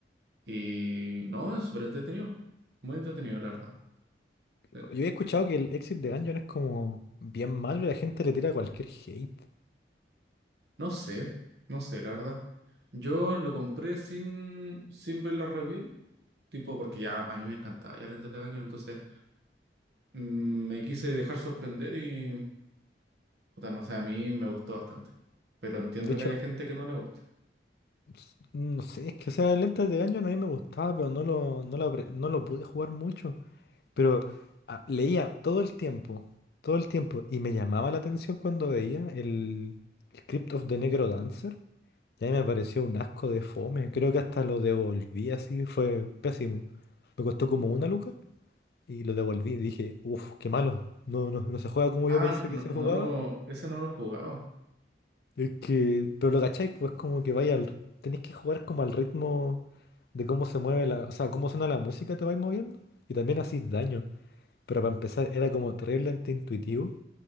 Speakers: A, on the right; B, on the left.
A: Y no, es súper entretenido, muy entretenido, la verdad. Sí.
B: Yo había escuchado que el Exit de Gungeon es como bien malo y la gente le tira cualquier hate.
A: No sé, no sé, la verdad. Yo lo compré sin, sin ver la review, tipo porque ya a mí me encantaba, ya lo entretenía, entonces... Mm, Me quise dejar sorprender y, puta, no sé, a mí me gustó bastante. Pero entiendo
B: De hecho,
A: que haya gente que no le guste.
B: s- no sé, es que esa lenta de Gungeon a mí me gustaba, pero no lo, no lo, apre- no lo pude jugar mucho. Pero ah, leía todo el tiempo, todo el tiempo, y me llamaba la atención cuando veía el, el Crypt of the Negro Dancer. Y ahí me pareció un asco de fome. Creo que hasta lo devolví así, fue pésimo. Me costó como una luca y lo devolví. Dije, uff, qué malo. No, no, no se juega como
A: Ah,
B: yo pensé
A: no,
B: que se
A: no
B: jugaba.
A: lo, ese no lo he jugado.
B: Es que, pero lo cacháis, pues como que vaya, al- tenéis que jugar como al ritmo de cómo se mueve la, o sea, cómo suena la música, te vais moviendo. Y también hacís daño. Pero para empezar, era como terriblemente intuitivo